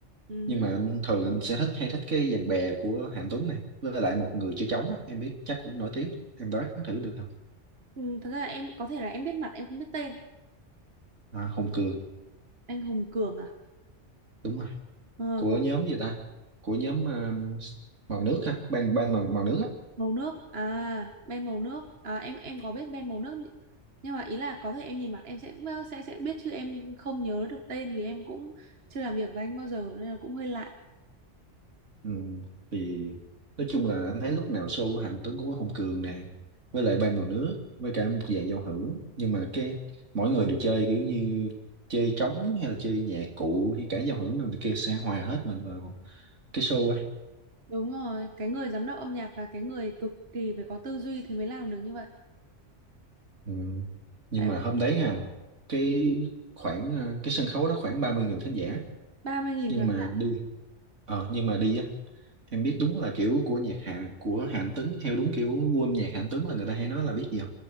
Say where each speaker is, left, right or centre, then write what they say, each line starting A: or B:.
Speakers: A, on the right (about 55°); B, on the right (about 75°).
A: Ừ.
B: nhưng mà anh thường anh sẽ thích hay thích cái dàn bè của Hạnh Tuấn này với lại một người chơi trống á em biết chắc cũng nổi tiếng em đoán thử được không
A: Ừ, thật ra là em có thể là em biết mặt em không biết tên
B: à, Hùng Cường
A: anh Hùng Cường à
B: đúng rồi
A: Ờ,
B: của
A: có
B: nhóm gì ta của nhóm ờ, màu nước ha ban ban màu, màu nước á
A: màu nước à Ben màu nước à, em em có biết Ben màu nước nhỉ? nhưng mà ý là có thể em nhìn mặt em sẽ sẽ sẽ biết chứ em không nhớ được tên vì em cũng chưa làm việc với anh bao giờ nên là cũng hơi lạ
B: Ừ, thì nói chung là anh thấy lúc nào show của Hạnh Tuấn cũng có Hùng Cường nè với lại Ban Mặt Nước với cả một dàn giao hưởng nhưng mà cái mỗi người đều chơi kiểu như chơi trống hay là chơi nhạc cụ hay cả giao hưởng rồi này kia sẽ hòa hết mình vào cái show ấy
A: đúng rồi cái người giám đốc âm nhạc và cái người cực kỳ phải có tư duy thì mới làm được như vậy
B: ừ. nhưng
A: tại
B: mà hôm đấy à cái khoảng à, cái sân khấu đó khoảng 30.000 khán giả
A: ba mươi nghìn
B: nhưng
A: khán
B: mà
A: giả
B: đi ờ nhưng mà đi á em biết đúng là kiểu của nhạc hạ của Hạnh Tuấn theo đúng kiểu gu âm nhạc Hạnh Tuấn là người ta hay nói là biết gì